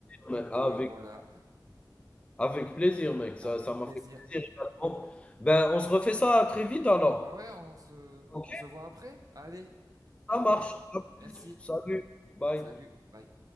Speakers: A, on the right; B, on the left.
A: Donc
B: Mais avec
A: euh, voilà,
B: avec plaisir, mec. Ça
A: avec
B: ça m'a
A: plaisir.
B: fait plaisir également. Ben, on se refait ça très vite alors.
A: Bah ouais, on se,
B: OK?
A: on se voit après. Allez,
B: Ça
A: au revoir.
B: marche.
A: Merci.
B: Salut. Bye.
A: Salut, bye.